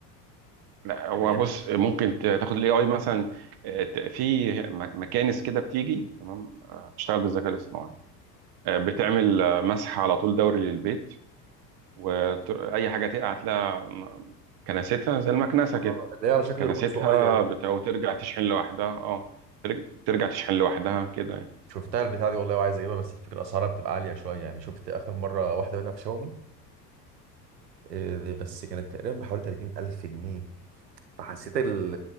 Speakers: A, on the right; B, on the right.
A: لا هو
B: يعني هي
A: بص ممكن ت- تاخد الاي اي مثلا آه، ت- في م- مكانس كده بتيجي تمام آه، بتشتغل بالذكاء الاصطناعي آه، بتعمل آه، مسح على طول دوري للبيت واي حاجه تقع هتلاقيها م- كنستها زي المكنسه
B: آه،
A: كده
B: اللي هي على شكل
A: كنستها
B: روبوت صغير دي.
A: بتاع وترجع تشحن لوحدها اه ترج- ترجع تشحن لوحدها كده يعني
B: شفتها البتاع دي والله وعايز اجيبها بس الفكره اسعارها بتبقى عاليه شويه يعني شفت اخر مره واحده منها في شاومي آه، بس كانت تقريبا بحوالي 30000 جنيه فحسيت ال